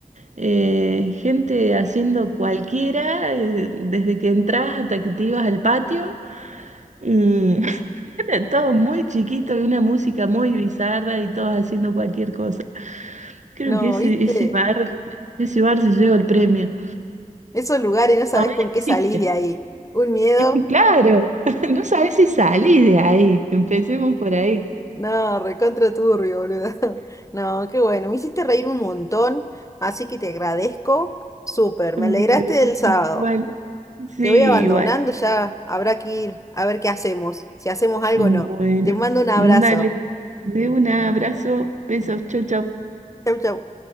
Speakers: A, on the right; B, on the left.
A: eh, gente haciendo cualquiera, eh, desde que entras hasta que te ibas al patio. Y <laughs> era todo muy chiquito y una música muy bizarra y todos haciendo cualquier cosa. Creo
B: No,
A: que ese,
B: viste,
A: ese bar, ese bar se lleva el premio.
B: esos lugares no sabés
A: Todavía
B: con qué
A: existe.
B: salís de ahí. Un miedo.
A: <laughs> Claro, <laughs> no sabes si salís de ahí. Empecemos por ahí.
B: No, recontra turbio, boludo. <laughs> No, qué bueno. Me hiciste reír un montón, así que te agradezco. Súper,
A: Bueno,
B: me alegraste del sábado.
A: igual, sí,
B: Te voy abandonando,
A: igual.
B: ya habrá que ir a ver qué hacemos, si hacemos algo
A: Bueno,
B: o no. Te mando un abrazo.
A: dale. De un abrazo, besos, chau, chau.
B: Chau, chau.